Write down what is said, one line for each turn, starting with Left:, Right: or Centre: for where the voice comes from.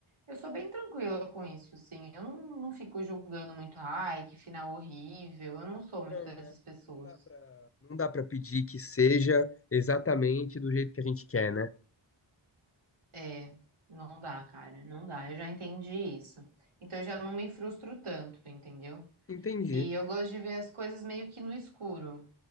Right: eu sou bem tranquila com isso, sim. Eu não, não fico julgando muito, ai, que final horrível. Eu não sou
Left: Não,
Right: muito dessas
Left: né?
Right: pessoas.
Left: Não dá pra... Não dá pra pedir que seja exatamente do jeito que a gente quer, né?
Right: É, não dá, cara, não dá. Eu já entendi isso. Então, eu já não me frustro tanto, entendeu?
Left: Entendi.
Right: E eu gosto de ver as coisas meio que no escuro.